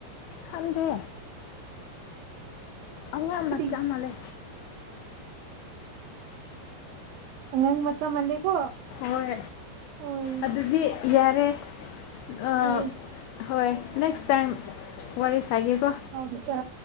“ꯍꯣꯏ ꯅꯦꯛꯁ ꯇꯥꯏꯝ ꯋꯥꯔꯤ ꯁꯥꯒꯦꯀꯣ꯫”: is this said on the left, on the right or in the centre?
Left